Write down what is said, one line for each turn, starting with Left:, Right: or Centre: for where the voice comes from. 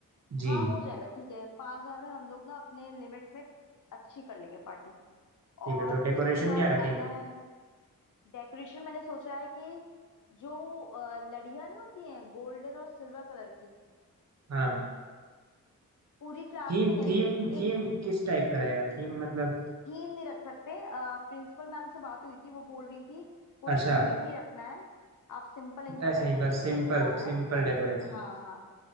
Right: जी
Left: हाँ हो जाएगा ठीक है पांच हजार में हम लोग ना अपने लिमिट में अच्छी कर लेंगे पार्टी
Right: ठीक
Left: और
Right: है तो डेकोरेशन
Left: उसके बाद
Right: क्या रखेंगे
Left: आता है डेकोरेशन मैंने सोचा है कि जो अ, लड़ियां नहीं होती हैं गोल्डन और सिल्वर कलर की
Right: हाँ
Left: पूरी क्लास
Right: थीम
Left: में नहीं
Right: थीम थीम
Left: एक
Right: किस टाइप का रहेगा थीम मतलब
Left: थीम नहीं रख सकते प्रिंसिपल मैम से बात हुई थी वो बोल रही थी कोई
Right: अच्छा
Left: थीम नहीं रखना है आप सिंपल एंजॉय
Right: ऐसे ही
Left: करिए
Right: बस सिंपल
Left: जो सजाना
Right: सिंपल
Left: है सजा
Right: डेकोरेशन
Left: ले हाँ हाँ